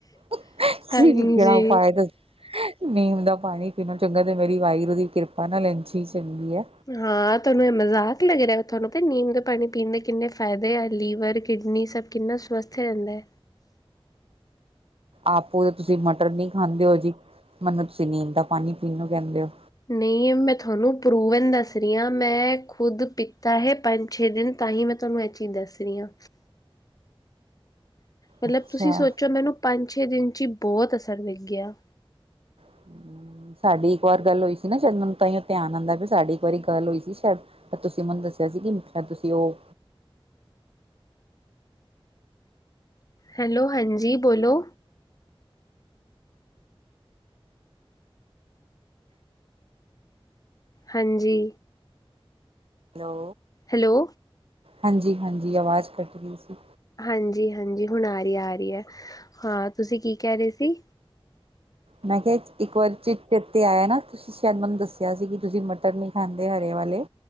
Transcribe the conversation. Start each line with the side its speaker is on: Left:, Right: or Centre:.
Right: ਤੁਸੀਂ
Left: ਹਾਂਜੀ।
Right: ਵੀ ਕਿਆ ਉਪਾਏ ਦੱ ਨੀਮ ਦਾ ਪਾਨੀ ਪੀਨ ਨਾਲੋਂ ਚੰਗਾ ਤੇ ਮੇਰੀ ਵਾਹਿਗੁਰੂ ਦੀ ਕਿਰਪਾ ਨਾਲ ਐਝ ਹੀ ਚੰਗੀ ਐ।
Left: ਹਾਂ ਤੋਨੂੰ ਏ ਮਜ਼ਾਕ ਲੱਗ ਰਿਹਾ ਥੋਨੂੰ ਤੇ ਨੀਮ ਦੇ ਪਾਨੀ ਪੀਨ ਦੇ ਕਿੰਨੇ ਫ਼ਾਇਦੇ ਆ ਲੀਵਰ ਕਿਡਨੀ ਸਭ ਕਿੰਨਾ ਸਵਸਥ ਰਹਿੰਦਾ।
Right: ਆਪੋ ਤੇ ਤੁਸੀ ਮਟਰ ਨੀ ਖਾਂਦੇ ਹੋ ਜੀ ਮਨੂੰ ਤੁਸੀ ਨੀਮ ਦਾ ਪਾਣੀ ਪੀਨ ਨੂੰ ਕਹਿੰਦੇ ਹੋ
Left: ਨਈ ਮੈਂ ਥੋਨੂੰ ਪਰੂਵਨ ਦੱਸ ਰਹੀ ਆਂ ਮੈਂ ਖੁਦ ਪੀਤਾ ਹੈ ਪੰਜ ਛੇ ਦਿਨ ਤਾਹੀ ਮੈਂ ਤੁਹਾਨੂੰ ਏ ਚੀਜ਼ ਦੱਸ ਰੀ ਆਂ। ਮਤਲਬ
Right: ਅੱਛਾ।
Left: ਤੁਸੀ ਸੋਚੋ ਮੈਨੂੰ ਪੰਜ-ਛੇ ਦਿਨ ਚ ਈ ਬਹੋਤ ਅਸਰ ਦਿਖ ਗਿਆ।
Right: ਹ ਸਾਡੀ ਇੱਕ ਓਰ ਗੱਲ ਹੋਈ ਸੀ ਨਾ ਸਾਇਦ ਮੈਨੂੰ ਤਾਂਈ ਓ ਧਿਆਨ ਆਂਦਾ ਪਿਆ ਸਾਡੀ ਇੱਕ ਵਾਰੀ ਗੱਲ ਹੋਈ ਸੀ ਸ਼ਾਯਦ ਤਾਂ ਤੁਸੀਂ ਮੈਨੂੰ ਦੱਸਿਆ ਸੀ ਕਿ ਸ਼ਾਯਦ ਤੁਸੀ ਓ
Left: ਹੈਲੋ, ਹਾਂਜੀ ਬੋਲੋ ਹਾਂਜੀ।
Right: ਹੈਲੋ।
Left: ਹੈਲੋ।
Right: ਹਾਂਜੀ, ਹਾਂਜੀ ਅਵਾਜ਼ ਕੱਟਗੀ ਸੀ।
Left: ਹਾਂਜੀ, ਹਾਂਜੀ ਹੁਣ ਆ ਰੀ ਐ, ਆ ਰੀ ਐ, ਹਾਂ ਤੁਸੀਂ ਕੀ ਕਹਿ ਰਹੇ ਸੀ?
Right: ਮੈਂ ਕਿਹਾ ਇੱਕ ਵਾਰ ਚ ਚੇਤੇ ਆਇਆ ਨਾ ਤੁਸੀ ਸ਼ਾਯਦ ਮੈਨੂੰ ਦੱਸਿਆ ਸੀ ਕਿ ਤੁਸੀ ਮਟਰ ਨੀ ਖਾਂਦੇ ਹਰੇ ਵਾਲੇ